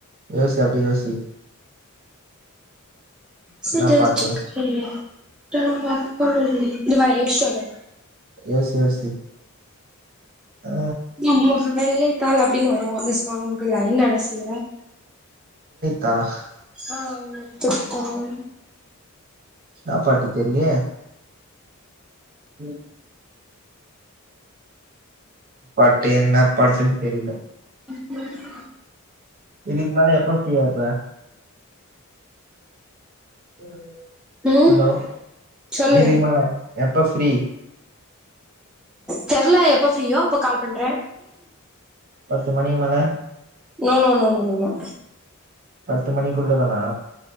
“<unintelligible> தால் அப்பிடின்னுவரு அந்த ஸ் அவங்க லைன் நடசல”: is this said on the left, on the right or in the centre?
Centre